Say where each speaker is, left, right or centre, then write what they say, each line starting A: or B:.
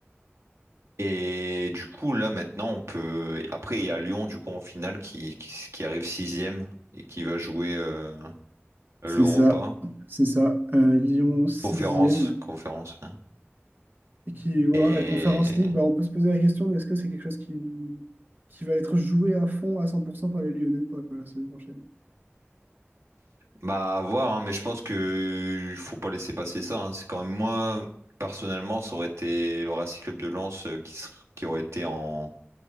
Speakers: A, on the right; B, on the right.
A: Et du coup, là, maintenant, on peut. Après, il y a Lyon, du coup, en finale, qui, qui, qui arrive sixième et qui va jouer euh, l'Europa.
B: C'est ça, c'est ça. Euh, Lyon sixième.
A: Conférence, conférence. hein.
B: Et qui, voilà,
A: Et
B: la Conférence League, bah, on peut se poser la question de est-ce que c'est quelque chose qui, qui va être joué à fond, à cent pour cent par les Lyonnais ou pas, quoi, la saison prochaine.
A: bah, à voir, hein, mais je pense que il faut pas laisser passer ça. hein. C'est quand même moi, personnellement, ça aurait été le Racing Club de Lens euh, qui, ser- qui aurait été en